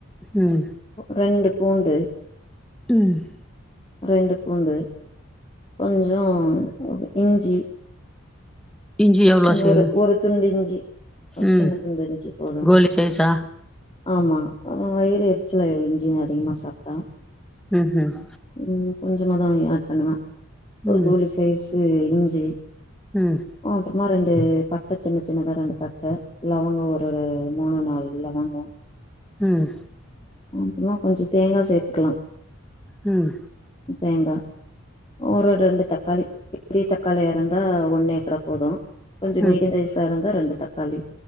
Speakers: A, in the centre; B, on the left (about 25°).
A: ஹ்ம்
B: ரெண்டு பூண்டு
A: ம்
B: ரெண்டு பூண்டு கொஞ்சோ இஞ்சி
A: இஞ்சி எவ்வளோ செய்வ
B: ஒரு ஒரு துண்டு இஞ்சி ஒரு
A: ம்
B: சின்ன துண்டு இஞ்சி போது
A: கோலி சைஸா
B: ஆமா அவ வயிறு எரிச்சல இஞ்சி அதிகமா சாப்ட்டா
A: ம் ஹ்ம்
B: ம் கொஞ்சமா தா ஆட் பண்ணுவே ஒரு
A: ம்
B: கோலி சைஸு இஞ்சி
A: ம்
B: அப்புறமா ரெண்டு பட்ட சின்ன சின்னதா ரெண்டு பட்ட லவங்க ஒரு மூணு நாலு லவங்க
A: ம்
B: அப்றமா கொஞ்ச தேங்கா சேத்துக்கலா
A: ம்
B: தேங்கா ஒரு ரெண்டு தக்காளி பெரிய தக்காளியா இருந்தா ஒன்னேக்கூட போது கொஞ்சோ மீடிய
A: ம்
B: தைசா இருந்தா ரெண்டு தக்காளி